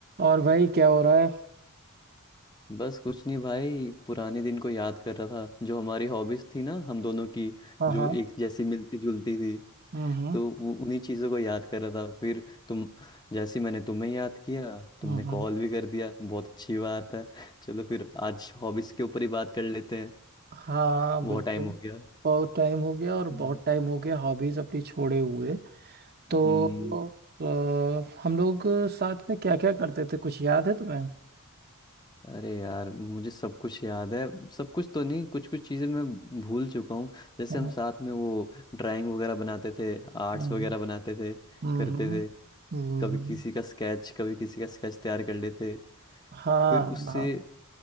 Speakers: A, on the right; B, on the left.
A: और भाई क्या हो रहा है
B: बस कुछ नहीं भाई पुराने दिन को याद कर रहा था जो हमारी हॉबीज थी ना हम दोनों की
A: हाँ
B: जो
A: हाँ
B: एक जैसी मिलती जुलती थी
A: हम्म हम्म
B: तो वो उन्हीं चीज़ों को याद कर रहा था फिर तुम जैसे ही मैंने तुम्हें याद किया तुमने
A: हम्म हम्म।
B: कॉल भी कर दिया बहुत अच्छी बात है चलो फिर आज हॉबीज के ऊपर ही बात कर लेते हैं
A: हाँ
B: बहुत
A: बिल्कुल
B: टाइम हो गया
A: बहुत टाइम हो गया और बहुत
B: हम्म
A: टाइम हो गया हॉबीज अपनी छोड़े हुए तो
B: हम्म,
A: अ, हम लोग साथ में क्या क्या करते थे कुछ याद है तुम्हें
B: अरे यार मुझे सब कुछ याद है सब कुछ तो नहीं कुछ कुछ चीज़ें मैं भूल चुका हूँ जैसे
A: हम्म
B: हम साथ में वो ड्राइंग वगैरह बनाते थे आर्ट्स
A: हम्म
B: वगैरह बनाते थे
A: हम्म,
B: करते थे
A: हम्म,
B: कभी किसी का स्केच कभी किसी का स्केच तैयार कर लेते
A: हाँ
B: फिर उससे
A: हाँ